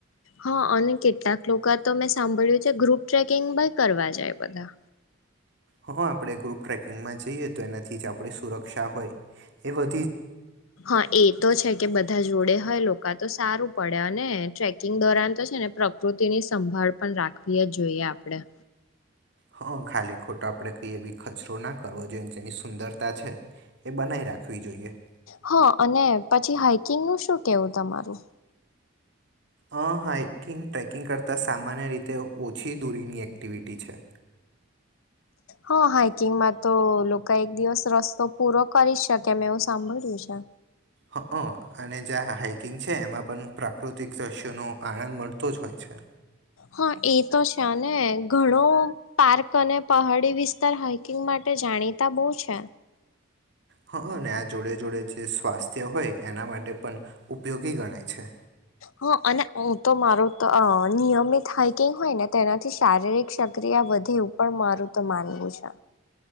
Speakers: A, on the left; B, on the right.
A: હ અને કેટલાક લોકો તો મેં સાંભળ્યું છે ગ્રુપ ટ્રેકિંગ ભાઈ કરવા જાય બધા
B: હ આપણે ગ્રુપ ટ્રેકિંગમાં જઈએ તો એનાથી જ આપણી સુરક્ષા હોય એ બ
A: હ એ તો છે કે બધા જોડે હોય લોકો તો સારું પડે અને ટ્રેકિંગ દોરાન તો છે ને પ્રકૃતિની સંભાળ પણ રાખવી જોઈએ આપણેે
B: હ ખાલી ખોટો આપણેે કહીએ બી ખચરો ના કરવો જોઈએ જેની સુંદરતા છે એ બનાવી રાખવી જોઈએ
A: હ અને પછી હાઈકિંગ નું શું કેવું તમારું
B: અ હાાઈકિંગ ટ્રેકિંગ કરતાં સામાન્ય રીતે ઓછી દૂરીની એક્ટિવિટી છે
A: હા હાઈકિંગમાં તો લોકો એક દિવસ રસ્તો પૂરો કરી જ શકે એવું સાંભળ્યું છે
B: હ અને જ્યાં હાઈકિંગ છે એમાં પણ પ્રાકૃતિક દ્રશ્યોનો આનંદ મળતો જ હોય છે
A: હા એ તો છે ઘણો પાર્ક અને પહાડી વિસ્તાર હાઈકિંગ માટે જાણીતા બહ છે
B: હ અને આ જોડે જોડે જે સ્વાસ્થ્ય હોય એના માટે પણ ઉપયોગી ગણાય છે
A: હા અને હું તો મારું તો નિયમિત હાઈકિંગ હોય ને તેનાથી શારીરિક સક્રિયા વધે એવું પણ મારું તો માનવું છે